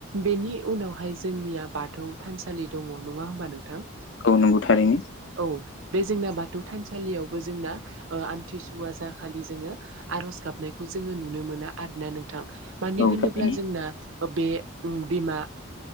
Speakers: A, on the right; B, on the left.
A: बेनि उनावहाय जोंनिया बाथौ थानसालि दङ नङा होमबा नोंथां
B: औ नंगौ थारैनो।
A: औ बे जोंना बाथौ थानसालियावबो जोंना ओ आमथिसुवा जाखालि जोङो आर'ज गाबनायखौ जोङो नुनो मोनो आरोना नोंथां। मानो
B: औ
A: होनोब्ला
B: थारैनो
A: जोंना बे बिमा